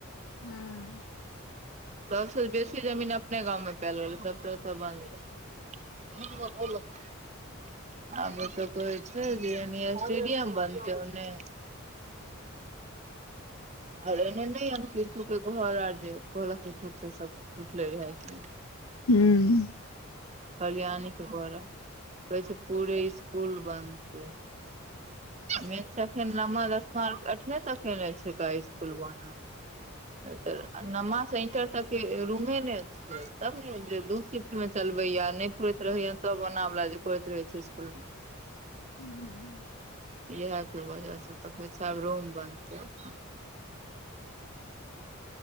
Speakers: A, on the left (about 80°); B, on the right (about 30°).
A: हँ
B: सबसँ बेसी जमीन अपने गाँवमे पायल रहलै तब तऽ ओतऽ बनलै हँ बुआ गोर लगै छी <unintelligible> आब ओतऽ कहइ छैय जे कि एने स्टेडियम बनत उने आर एने नहि केतु के घर आर जे कहलक हे <unintelligible> सब टूटले रहै एक बेर जे
A: हूँ
B: कल्याणी के घोर आ कहै छै पूरे स्कुल बनतै मेन छै एखन नमा दशमा अठवा तक के छै कहै खुल वामे से एत ऐंटर तक रूमे ने <unintelligible> तब ने दू शिफ्ट में चलबै या नहि पुरैत रहैय तब ओना वाल जे करैत रहे छै स्कुल मे,
A: ह्म
B: इएहे के वजह से त कहैछे आब रूम बनतै ओतय